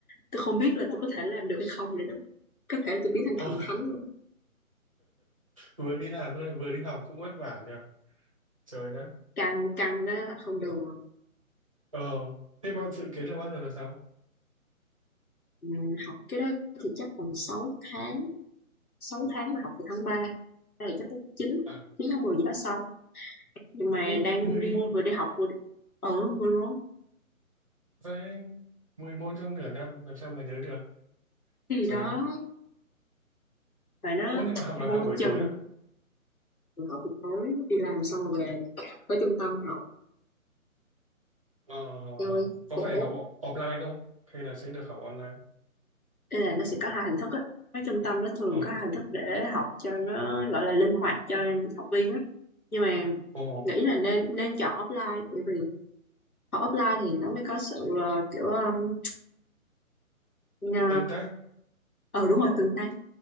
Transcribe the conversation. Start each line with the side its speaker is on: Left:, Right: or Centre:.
Left: tôi không biết là tôi có thể làm được hay không nữa đó có thể tôi biến thành
Right: Ồ,
Left: thần
Right: <laughs>
Left: thánh luôn.
Right: vừa đi làm xong lại vừa đi học cũng vất vả nhờ. Trời đất.
Left: căng căng đó là không được
Right: Ờ, thế bao dự kiến là bao giờ là sao?
Left: ừ, học cái đó thì chắc còn 6 tháng sáu tháng mà học từ tháng ba đây là chắc tới 9
Right: À,
Left: 9 tháng 10 gì đó xong nhưng mà
Right: ui,
Left: đang
Right: mười
Left: đi
Right: môn.
Left: vừa đi học vừa đi ở mưa lớn
Right: Và 10 môn trong nửa năm làm sao mà nhớ được?
Left: thì
Right: Trời
Left: đó
Right: đất.
Left: và nó
Right: Ồ, nhưng mà học
Left: vô
Right: là học buổi
Left: chừng
Right: tối à?
Left: rồi học buổi tối đi làm xong rồi về tới trung tâm học
Right: Ờ,
Left: eo ơi
Right: có
Left: khổ
Right: phải học o- offline không? Hay là sẽ được học online?
Left: nên là nó sẽ có hai hình thức á cái trung tâm nó thường
Right: Ờ,
Left: có hai hình thức để học cho nó gọi là linh hoạt cho học viên á nhưng mà
Right: ồ,
Left: nghĩ là nên nên chọn offline bởi vì học offline thì nó mới có sự ờ, kiểu um, ờ
Right: tương tác.
Left: ờ, đúng rồi tương tác